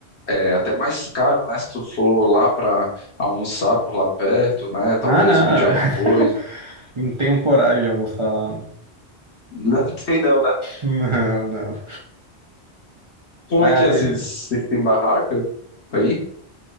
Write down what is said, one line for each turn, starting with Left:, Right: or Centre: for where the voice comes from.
Left: é, até mais caro, né? Se tu for lá para almoçar por lá perto, né? Talvez
Right: Não, não.
Left: pedir alguma
Right: <laughs>
Left: coisa.
Right: Não tenho coragem de almoçar lá, não.
Left: Não <laughs> tem não, né?
Right: Não, não.
Left: Como
Right: Mas,
Left: é que é? Vocês vocês têm barraca aí?